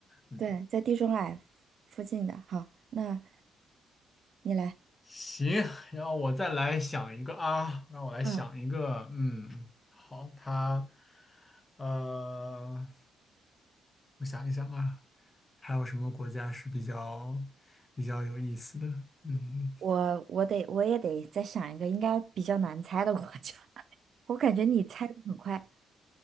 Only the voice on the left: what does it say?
嗯，
行，然后我再来想一个啊，让我来想一个，
嗯，好，它，呃，我想一想啊，还有什么国家是比较比较有意思的？嗯。